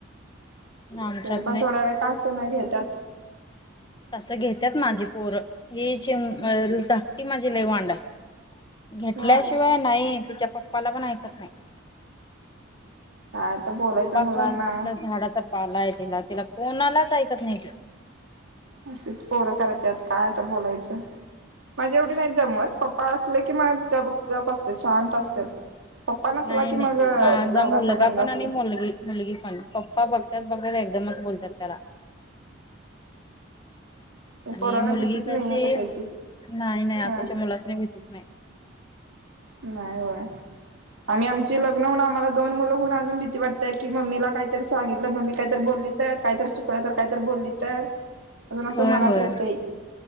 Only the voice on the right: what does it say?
तरी पण
थोडा वेळ का असेना घेत्यात.
ह
काय आता बोलायचं
मुलांना
असेच पोरं करत्यात काय आता बोलायचं. माझी एवढी नाही दमत पप्प पा असले कि मग अ गप गप असते शांत असत्यात. पप्पा नसला
की माझ्या
दोघांचा
दंगा
असतोय.
पोरांना
भीतीच
नाहीये कशाची
ह
नाही होय आम्ही आमची लग्न होऊन आम्हाला दोन मुलं होून अजून भीती वाटतेय, की मम्मीला काहीतरी सांगितलं मम्मी काहीतरी बोलली तर काहीतरी चुक कोणाला काहीतर बोलली तर अजून असं
मनात
येतंय.